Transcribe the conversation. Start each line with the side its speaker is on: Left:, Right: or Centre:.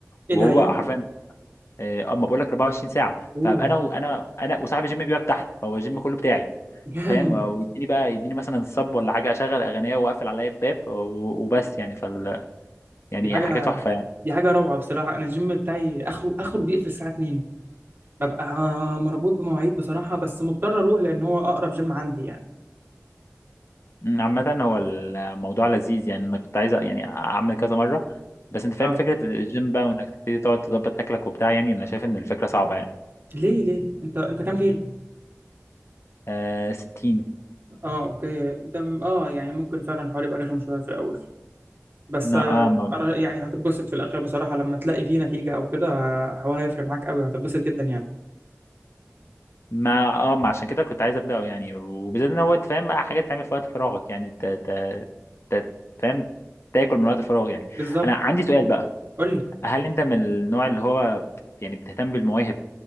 Right: ايه
Left: وهو
Right: ده ينفع؟
Left: حرفيا اه اما بقول لك 24 ساعه
Right: اوه
Left: فابقى انا وانا انا وصاحبي جيم بيقعد تحت فهو الجيم كله بتاعي
Right: جامد
Left: انت فاهم ويديني بقى يديني مثلا الصب ولا حاجه اشغل اغنيه واقفل عليا الباب و- وبس يعني فال يعني
Right: دي حاجة
Left: حاجه تحفه يعني
Right: دي حاجة روعة بصراحة انا الجيم بتاعي اخره اخره بيقفل الساعة 2 ببقى مربوط بمواعيد بصراحة بس مضطر اروح لان هو اقرب جيم عندي يعني
Left: م، عامه هو الموضوع لذيذ يعني انا كنت عايز أ- يعني اعمل كذا مره بس انت فاهم
Right: اه
Left: فكره الجيم بقى وانك تبتدي تقعد تظبط اكلك وبتاع يعني انا شايف ان الفكره صعبه يعني
Right: ليه ليه انت انت كام كيلو؟
Left: آه 60
Right: اه اوكي ده م- اه يعني ممكن فعلا الحوار يبقى رخم شوية في الاول بس
Left: لا
Right: آه،
Left: اه
Right: أرى- يعني هتتبسط في الاخر بصراحة لما تلاقي فيه نتيجة او كده آه، الحوار هيفرق معاك قوي هتتبسط جدا يعني
Left: ما اه ما عشان كده كنت عايز ابداه يعني وبالذات ان هو انت فاهم بقى حاجات تعمل في وقت فراغك يعني ت... ت... ت... فاهم تاكل من وقت فراغ يعني
Right: بالظبط
Left: انا عندي سؤال بقى
Right: قول لي
Left: هل انت من النوع اللي هو بت- يعني بتهتم بالمواهب